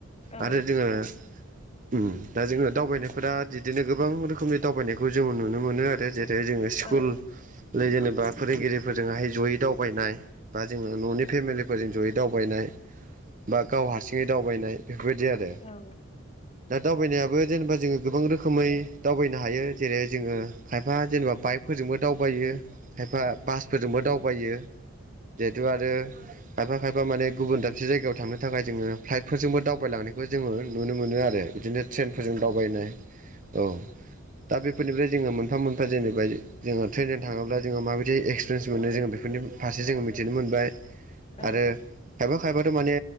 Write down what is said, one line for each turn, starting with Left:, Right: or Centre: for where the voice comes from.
Left: औ
Right: आरो जोङो उम दा जोङो दावबायनायफोरा दिदोनो गोबां रोखोमनि दावबायनायखौ जोङो नुनो मोनो आरो जेरै जोङो
Left: नंगौ
Right: स्कुल जेनोबा फोरोंगिरिफोरजोंहाय जयै दावबायनाय बा जोङो न'नि फेमिलिफोरजों जयै दावबायनाय बा गाव हारसिङै दावबायनाय बेफोर बायदि आरो
Left: औ औ
Right: दा दावबायनायाबो जेनोबा जोङो गोबां रोखोमै दावबायनो हायो जेरै जोङो खायफा जेनेबा बाइकफोरजोंबो दावबायो खायफा बासफोरजोंबो दावबायो जिहेथु आरो खायफा खायफा मानि गुबुन दाबसे जायगायाव थांनो थाखाय जोङो फ्लाइटफोरजोंबो दावबायलांनायखौ जोङो नुनो मोनो आरो बिदिनो ट्रेनफोरजों
Left: औ
Right: दावबायनाय औ दा बे बेफोरनिफ्राय जों मोनफा मोनफा जेनोबा जोङो ट्रेनजों थाङोब्ला जोङो माबायदि एक्सपेरियेन्स मोनो बेफोरनि फार जों मिथिनो मोनबाय
Left: औ
Right: आरो खायफा खायफाथ' माने